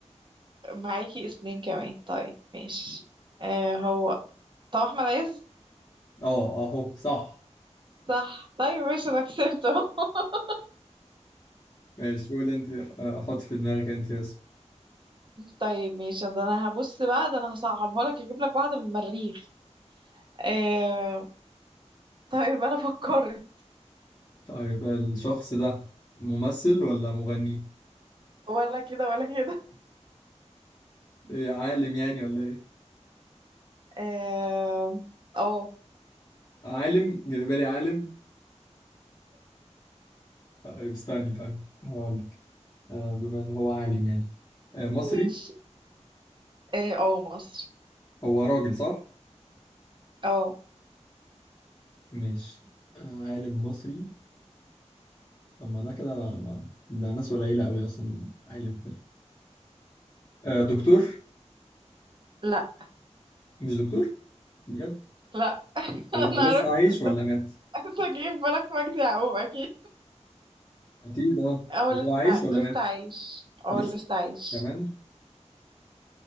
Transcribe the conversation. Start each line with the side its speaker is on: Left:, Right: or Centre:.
Right: معاكي اتنين كمان طيب ماشي آه هو طب احمد عز
Left: اه اهو صح
Right: صح طيب ماشي انا كسبته <laughs>
Left: ماشي قول انت آه، حط في دماغك انت اسم
Right: طيب ماشي ده انا هبص بقى ده انا هصعبها لك اجيب لك واحده من المريخ آه طيب انا فكرت
Left: طيب الشخص ده ممثل ولا مغني
Right: ولا كده ولا كده
Left: ايه عالم يعني ولا ايه
Right: اه آه،
Left: عالم جايبالي عالم طيب استني طيب هقولك آه بما ان هو عالم يعني آه مصري
Right: ماشي اه آه، مصر
Left: هو راجل صح؟
Right: اه
Left: مش عالم مصري اما ده كده ما... ده ناس قليلة قوي اصلا عالم ده آه دكتور
Right: لا
Left: مش دكتور بجد
Right: لا <laughs>
Left: طب هو
Right: انا عرفت
Left: لسه عايش ولا مات؟
Right: عرفت اجيب بالك مجدي يعقوب اكيد
Left: أكيد أه
Right: اه
Left: طب
Right: لسه
Left: هو عايش ولا
Right: لسه
Left: مات؟
Right: عايش اه
Left: لسه
Right: لسه عايش
Left: كمان؟